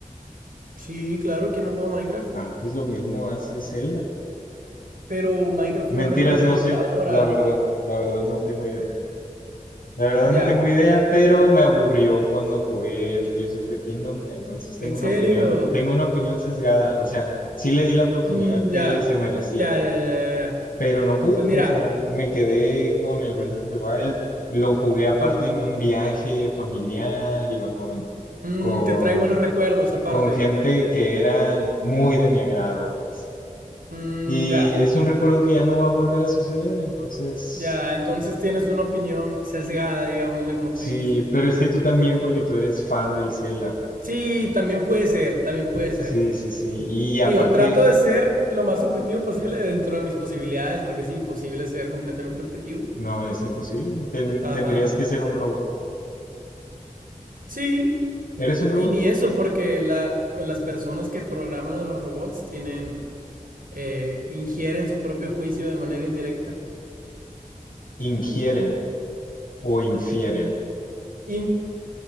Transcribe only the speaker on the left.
Ah, pues lo mismo hace Zelda.
Mentiras,
no sé. La verdad, la verdad no tengo idea. La verdad
no tengo idea, pero me aburrió cuando jugué el Tears of the Kingdom, entonces tengo
una
opinión, tengo una opinión sesgada, o sea, sí le di la oportunidad
que
se merecía,
pero no pude,
o sea, me quedé con el Breath of the Wild, lo jugué aparte
en un viaje familiar, iba con
con
con gente que era muy de mi agrado, pues.
Y
es un recuerdo que ya no va a volver a suceder, entonces
Sí,
pero es que tú también, porque tú eres fan del Zelda, pues.
Sí, sí, sí. Y aparte,
no, es imposible. Ten- tendrías
que ser un robot.
¿Eres un robot?
Ingieren o infieren.